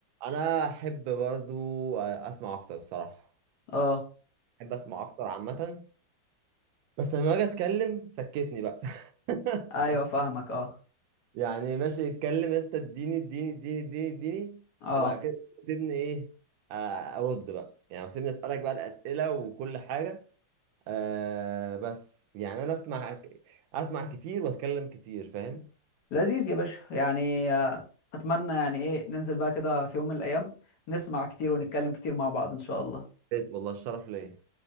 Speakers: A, on the right; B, on the left.
A: انا احب برضو اسمع اكتر الصراحه
B: اه
A: احب اسمع اكتر عامه بس لما اجي اتكلم سكتني بقى <laughs>
B: ايوه فاهمك اه
A: يعني ماشي اتكلم انت اديني اديني اديني اديني اديني
B: اه
A: وبعد كده سيبني ايه آه، ارد بقى يعني سيبني اسالك بقى الاسئله وكل حاجه أه بس يعني انا اسمع اسمع كتير واتكلم كتير فاهم
B: لذيذ يا باشا يعني آه، اتمنى يعني ايه ننزل بقى كده في يوم من الايام نسمع كتير ونتكلم كتير مع بعض ان شاء الله
A: والله الشرف ليا